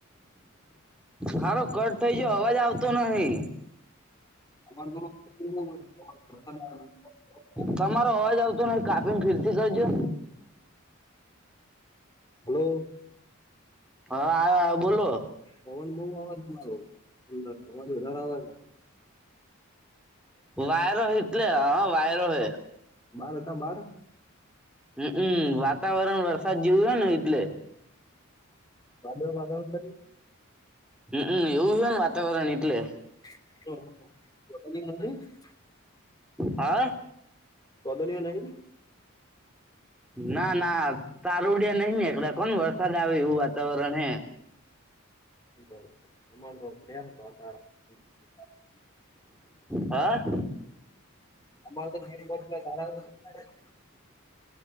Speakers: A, in the centre; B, on the left (about 20°).
A: હારો કટ થઇ જયો અવાજ આવતો નહિ.
B: <unintelligible> <inaudible>
A: તમારો અવાજ આવતો ન કાપીને ફીરથી કરજો.
B: હલો.
A: હા આયો આયો બોલો.
B: પવન બહુ આવે તમારું અંદરજ વધારે આવે ને.
A: વાયરો હે એટલે હ હ વાયરો હે.
B: બાર હતા બાર.
A: હ હમ વાતાવરણ વરસાદ જેવું હોય ને એટલે.
B: વાદળો <unintelligible>
A: હઅ એવું હે ને વાતાવરણ એટલે.
B: <unintelligible> <inaudible>
A: હા.
B: ચોદલીઓ નહીં
A: ના ના તારુડિયા નહી નેકળ્યા કોન વરસાદ આવે એવું વાતાવરણ હે.
B: <inaudible> <unintelligible>
A: હા?
B: અમારે તો <unintelligible>